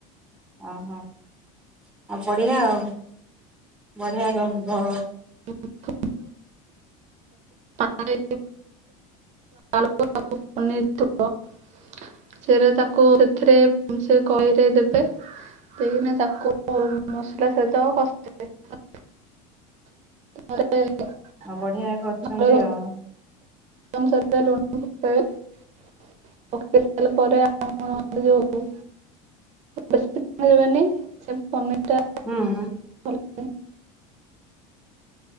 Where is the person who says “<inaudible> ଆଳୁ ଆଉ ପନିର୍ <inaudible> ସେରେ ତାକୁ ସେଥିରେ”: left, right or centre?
Right